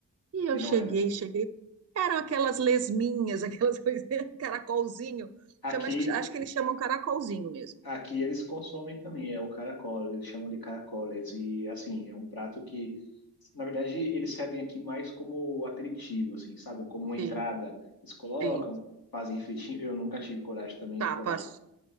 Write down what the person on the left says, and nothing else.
e
não
era.
Aqui
Aqui eles consomem também, é o caracol, eles chamam de caracoles. E assim, é um prato que, na verdade, eles servem aqui mais como aperitivo, assim, sabe? Como uma entrada.
Eles colocam,
fazem fritinho. Eu nunca tive coragem também
de provar.